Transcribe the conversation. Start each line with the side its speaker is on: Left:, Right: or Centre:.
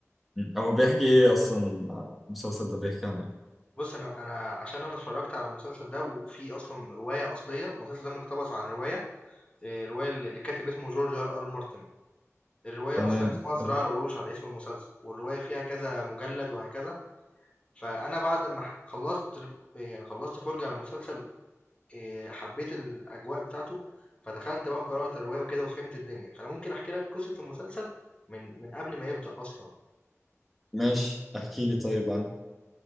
Centre: هو بيحكي ايه اصلا المسلسل ده بيحكي عن ايه
Left: بص انا انا عشان انا اتفرجت على المسلسل ده وفي اصلا رواية اصلية المسلسل ده مقتبس عن رواية آه، رواية اللي كاتب اسمه جورج ار ار مارتن الرواية
Centre: تمام
Left: أصلا اسمها صراع
Centre: طب
Left: العروش على اسم المسلسل والرواية فيها كذا مجلد وهكذا فأنا بعد ما ح- خلصت ال- يعني خلصت فرجة على المسلسل آه، حبيت الأجواء بتاعته فدخلت بقى قرأت الرواية وكده وفهمت الدنيا فأنا ممكن أحكي لك قصة المسلسل من من قبل ما يبدأ أصلا
Centre: ماشي احكي لي طيب عنه